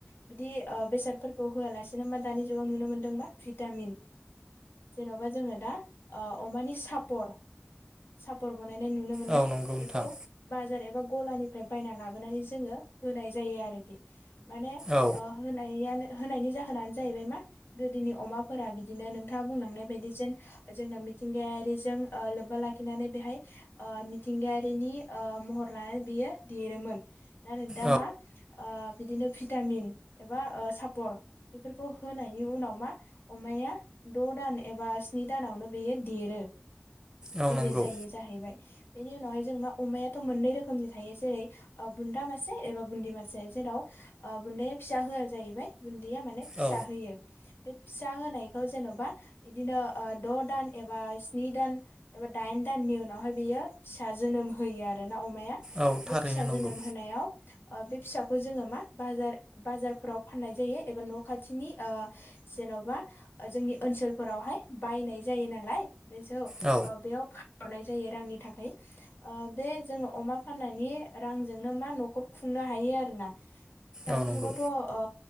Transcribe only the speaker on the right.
औ नंगौ
नोंथां
औ
औ
औ
नंगौ
औ
औ
थारैनो
नंगौ
औ
औ नंगौ